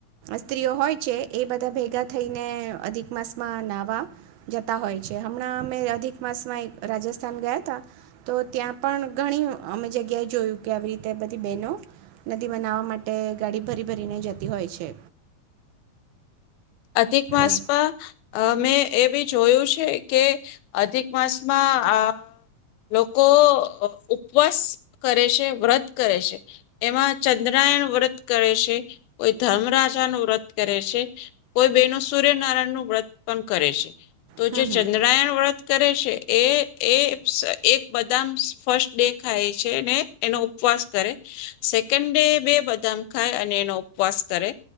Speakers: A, on the right; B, on the left.
A: સ્ત્રીઓ હોય છે એ બધા ભેગા થઈને અધિક માસમાં નાવા જતા હોય છે હમણાં મે અધિક માસમાં એક રાજસ્થાન ગયા તા તો ત્યાં પણ ઘણી અમે જગ્યાએ જોયું કે આવી રીતે બધી બહેનો નદીમા નાવા માટે ગાડી ભરી ભરીને જતી હોય છે.
B: અધિક માસમા
A: એ
B: અ મેં એ બી જોયું છે કે અધિક માસમાં આ લોકો અ ઉ ઉપવાસ કરે છે, વ્રત કરે છે એમાં ચંદ્રયાણ વ્રત કરે છે, કોઈ ધર્મરાજા નું વ્રત કરે છે કોઈ બહેનો સૂર્યનારાયણ નું વ્રત પણ કરે છે. તો
A: હમ
B: જે
A: હમ
B: ચંદ્રયાન વ્રત કરે છે એ એ એક બદામ ફર્સ્ટ ડે ખાય છે ને એનો ઉપવાસ કરે, સેકન્ડ ડે બે બદામ ખાય અને એનો ઉપવાસ કરે